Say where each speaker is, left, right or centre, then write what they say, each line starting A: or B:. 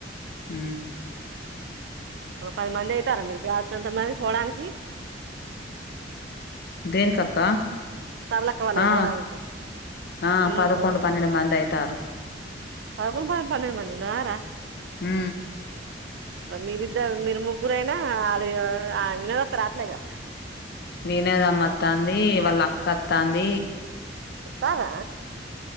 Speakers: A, on the left; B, on the right.
A: హు
B: ఒక పది మంది అయితారా మీరు బ్యాచ్ కి ఎంత మంది పోడానికి
A: దేనికక్క
B: సరళక్క వాళ్ళకి
A: ఆ
B: పోవడానికి
A: ఆ
B: మీ నువ్వు
A: పదకొండు పన్నెండు మంది అవుతార్రు
B: పదకొండు పన్నెడు మంది ఉన్నారరా
A: హు
B: మీరిద్దరు మీరు ముగ్గురయినా అది వినోదాత రాట్లేగా
A: వినోదమ్మ వతాంది వాళ్ళ అక్క వతాంది
B: వాతర్ర